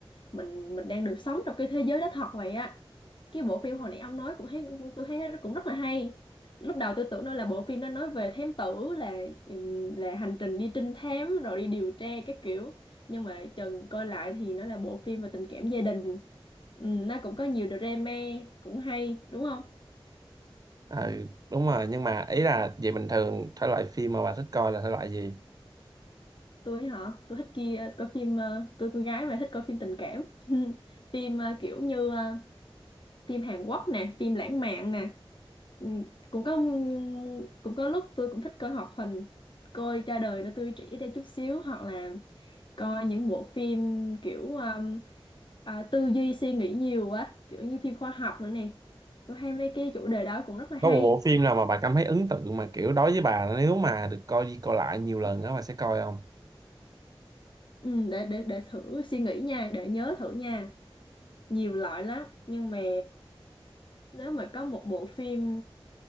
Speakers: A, on the left; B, on the right.
A: mình mình đang được sống trong cái thế giới đó thật vậy á cái bộ phim hồi nãy ông nói cũng thấy cũng- tôi thấy nó cũng rất là hay lúc đầu tôi tưởng nó là bộ phim nó nói về thám tử là ừm, là hành trình đi trinh thám rồi đi điều tra các kiểu nhưng mà chừng coi lại thì nó là bộ phim về tình cảm gia đình Ừm, nó cũng có nhiều drama cũng hay đúng không
B: ờ, đúng rồi nhưng mà ý là về bình thường thể loại phim mà bà thích coi là thể loại gì
A: tôi hả tôi thích kia coi phim ờ, tôi con gái mà thích coi phim tình cảm <laughs> phim ờ, kiểu như ờ, phim Hàn Quốc nè phim lãng mạn nè Ừ, cũng có ừ, cũng có lúc tôi cũng thích coi hoạt hình coi cho đời nó tươi trẻ ra chút xíu hoặc là coi những bộ phim kiểu um, à, tư duy suy nghĩ nhiều quá kiểu như phim khoa học nữa nè tôi hay mấy cái chủ đề đó cũng rất là hay
B: có một bộ phim nào mà bà cảm thấy ấn tượng mà kiểu đối với bà nếu mà được coi đi coi lại nhiều lần đó bà sẽ coi không
A: ừ, để để để thử suy nghĩ nha để nhớ thử nha nhiều loại lắm nhưng mà Nếu mà có một bộ phim